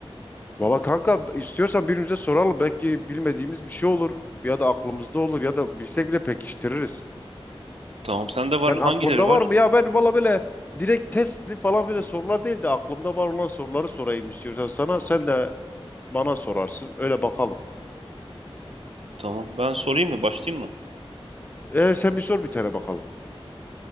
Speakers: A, on the left (about 15°); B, on the right (about 75°).
A: Valla kanka istiyorsan birbirimize soralım. Belki bilmediğimiz bir şey olur. Ya da aklımızda olur. Ya da bilsek bile pekiştiririz.
B: Tamam sende var.
A: Sen
B: Hangileri
A: aklında
B: var?
A: var mı? Ya ben valla böyle direkt testli falan böyle sorular değil de aklımda var olan soruları sorayım istiyorsan sana. Sen de bana sorarsın. Öyle bakalım.
B: Tamam ben sorayım mı? Başlayayım mı?
A: Ee, sen bir sor bir tane bakalım.